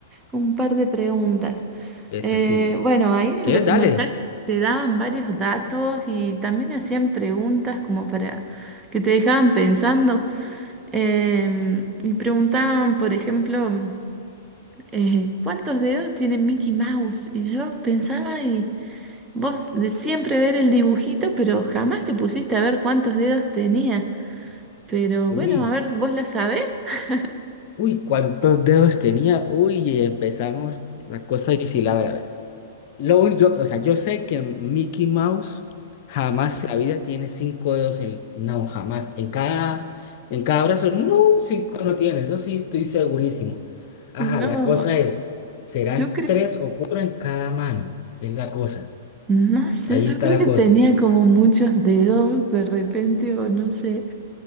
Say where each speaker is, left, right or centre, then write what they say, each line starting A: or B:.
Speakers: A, on the right (about 20°); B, on the left (about 45°).
A: Un par de preguntas.
B: eso
A: Eh,
B: sí.
A: bueno, ahí
B: Si
A: en
B: quieres,
A: el documental
B: dale.
A: te daban varios datos y también hacían preguntas como para que te dejaban pensando. Em, y preguntaban, por ejemplo, eh, ¿cuántos dedos tiene Mickey Mouse? Y yo pensaba, y vos de siempre ver el dibujito, pero jamás te pusiste a ver cuántos dedos tenía. Pero
B: Uy,
A: bueno, a ver, ¿vos la sabés? <laughs>
B: uy, ¿cuántos dedos tenía? Uy, y empezamos la cosa difícil, a ver, a ver. Lo un- yo, o sea, yo sé que Mickey Mouse jamás en la vida tiene cinco dedos en... No, jamás. En cada, en cada brazo, no, cinco no tiene. Eso sí estoy segurísimo. Ajá,
A: No,
B: la cosa es, serán
A: yo creo
B: tres o cuatro en cada mano. Es la cosa.
A: No sé,
B: Ahí
A: yo
B: está
A: creo
B: la
A: que
B: cosa.
A: tenía como muchos dedos de repente, o no sé,